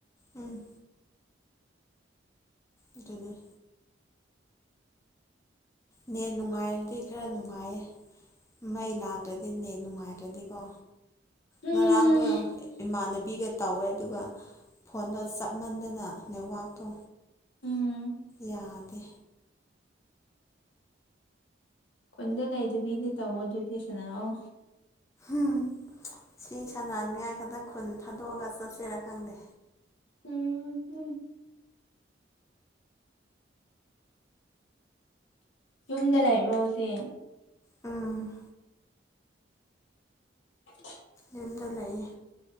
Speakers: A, on the left (about 15°); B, on the left (about 75°).
A: ꯎꯝ ꯑꯗꯨꯅꯦ ꯅꯦꯠ ꯅꯨꯡꯉꯥꯏꯔꯗꯤ ꯈꯔ ꯅꯨꯡꯉꯥꯏꯌꯦ ꯃꯩ ꯂꯥꯛꯇ꯭ꯔꯥꯗꯤ ꯅꯦꯠ ꯅꯨꯡ ꯅꯨꯡꯉꯥꯏꯇ꯭ꯔꯗꯤꯀꯣ
B: ꯎꯝ
A: ꯉꯔꯥꯡꯗꯣ ꯏꯃꯥꯟꯅꯕꯤꯒ ꯇꯧꯋꯦ ꯑꯗꯨꯒ ꯐꯣꯟꯗꯣ ꯆꯞ ꯃꯥꯟꯗꯅ ꯅꯦꯠꯋꯥꯛꯇꯣ
B: ꯎꯝ
A: ꯌꯥꯗꯦ
B: ꯈꯨꯟꯗ ꯂꯩꯗꯕꯤꯗ ꯇꯧꯑꯣ ꯑꯗꯨꯗꯤ ꯁꯥꯟꯅꯧꯑꯣ
A: ꯎꯝ ꯁꯤ ꯁꯅꯥꯅꯤꯡꯉꯥꯏ ꯈꯛꯇ ꯈꯨꯟ ꯊꯥꯗꯣꯛꯑꯒ ꯆꯠꯁꯤꯔꯥ ꯈꯪꯗꯦ
B: ꯎꯝ ꯎꯝ ꯌꯨꯝꯗ ꯂꯩꯕ꯭ꯔꯣ ꯍꯧꯖꯤꯛ
A: ꯎꯝ
B: ꯍ <inaudible>
A: ꯌꯨꯝꯗ ꯂꯩꯌꯦ